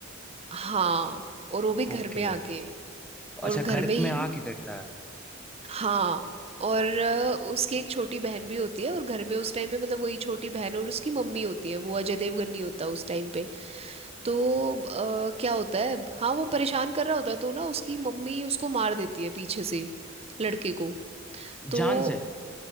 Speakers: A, on the right; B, in the centre.
A: हाँ और वो भी घर
B: ओके
A: में आके
B: अच्छा
A: और घर
B: घर
A: में ही
B: में आके करता है
A: हाँ और अ, उसकी एक छोटी बहन भी होती है और घर में उस टाइम पे मतलब वही छोटी बहन और उसकी मम्मी होती है वो अजय देवगन नहीं होता उस टाइम पे तो अ, क्या होता है हाँ वो परेशान कर रहा होता है तो ना उसकी मम्मी उसको मार देती है पीछे से लड़के को तो
B: जान से